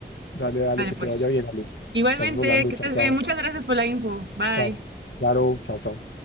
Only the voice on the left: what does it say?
dale, dale,
que
te vaya bien, dale.
Estamos hablando,
chao,
chao,
chao. Claro, chao, chao.